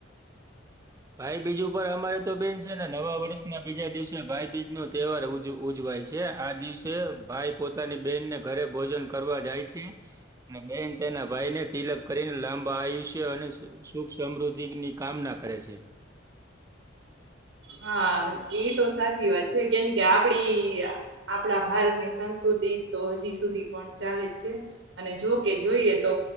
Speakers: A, on the right (about 15°); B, on the right (about 65°).
A: ભાઈબીજ ઉપર અમારે તો બેન છે ને નવા વર્ષના બીજા દિવસે ભાઈબીજ નો તહેવાર ઉજવાય છે. છે આ દિવસે ભાઈ પોતાની બેહેનને ઘરે ભોજન કરવા જાય છે. અને બેન તેના ભાઈને તિલક કરીને લાંબા આયુષ્ય અને સુખ સમૃદ્ધિની કામના કરે છે.
B: હા એ તો સાચી વાત છે કેમ કે આપડી આપણા ભારતની સંસ્કૃતિ તો હજી સુધી પણ ચાલે જ છે. અને જોકે જોઈએ તો